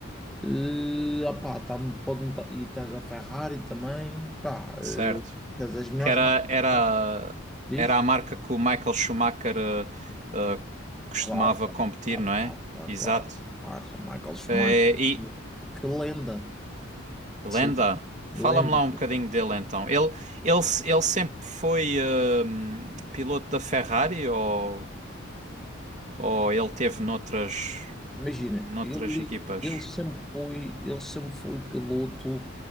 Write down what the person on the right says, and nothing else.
Certo.
Que era,
era,
era a marca que o Michael Schumacher eh, eh, costumava
competir,
não é?
Exato.
Eh, e
Lenda,
fala-me lá um bocadinho dele então. Ele, ele, se- ele sempre foi eh, piloto da Ferrari ou, ou ele teve noutras,
noutras
equipas?